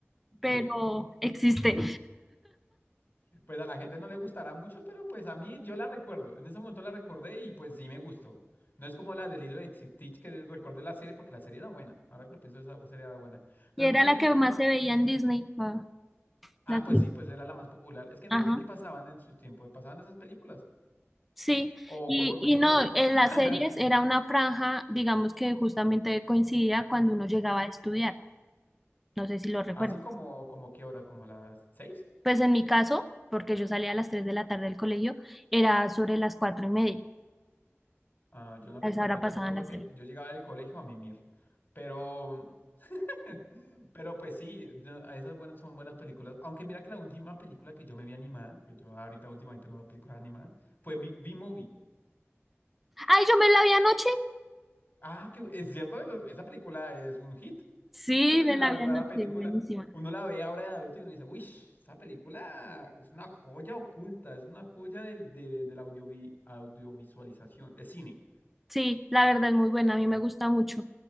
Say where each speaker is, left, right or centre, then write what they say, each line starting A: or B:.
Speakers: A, in the centre; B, on the left.
A: pero
B: Sí,
A: existe.
B: pues a la gente no le gustará mucho, pero pues a mí yo la recuerdo. En ese momento la recordé y pues sí me gustó. No es como la del hilo de Stitch que recuerdo la serie, porque la serie era buena. Ahora que lo pienso, esa serie era buena. Pero
A: Y era
B: mira
A: la
B: que última.
A: que más se veía en Disney. ah,
B: Ah,
A: la-
B: pues sí, pues era la más popular. Es que en
A: ajá,
B: Disney, ¿qué pasaban en su tiempo? Pasaban esas películas.
A: sí,
B: O
A: y,
B: Juego
A: y
B: de Gemelas.
A: no, en
B: <laughs>
A: las series era una franja, digamos que justamente coincidía cuando uno llegaba a estudiar, no sé si lo recuerdas.
B: Así como, como qué horas, como a las seis.
A: Pues en mi caso, porque yo salía a las 3 de la tarde del colegio, era sobre las 4 y media,
B: Ah, yo no recuerdo,
A: a esa hora
B: yo
A: pasaban
B: me acuerdo
A: la serie.
B: que yo llegaba del colegio a mimir. Pero, <laughs> pero pues sí, no, esas buenas son buenas películas. Aunque mira que la última película que yo me vi animada, que yo ahorita últimamente no veo películas animadas, fue mi B-Movie.
A: ¡Ay, yo me la vi anoche!
B: Ah, que es cierto, eso- esa película es un hit.
A: Sí,
B: Eso sí es
A: me
B: una
A: la
B: verdadera
A: vi anoche,
B: película.
A: buenísima.
B: Uno la ve ahora de adulto y uno dice, uy, esa película es una joya oculta, es una joya del, de- de- de la audiovi- audiovisualización, es cine.
A: Sí, la verdad es muy buena, a mí me gusta mucho.